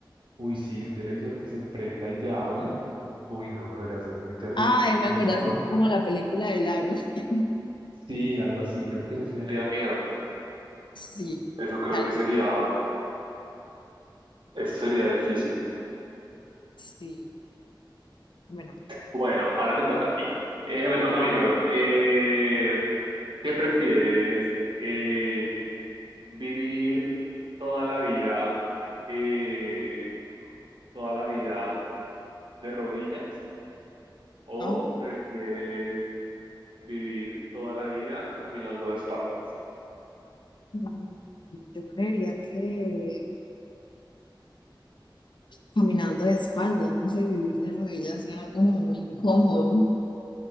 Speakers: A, on the right; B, on the left.
A: uy, sí, un televisor que se prenda y te hable, uy, no, debería ser muy terrible,
B: Ay, me
A: muy
B: acordaste
A: feo, ¿no?
B: como la película del Aro. <laughs>
A: Sí, algo así, creo que eso sí daría miedo.
B: Sí,
A: Eso creo
B: tal,
A: que sería, eso sería difícil.
B: sí, bueno,
A: Bueno, ahora te toca a ti. Eh, me toca a mí, perdón. Eh, ¿qué prefieres? Eh, ¿vivir toda la vida, eh, toda la vida de rodillas o
B: no,
A: prefieres vivir toda la vida caminando de espaldas?
B: mm, yo creería que... Caminando de espaldas, no sé, vivir de rodillas suena como muy incómodo.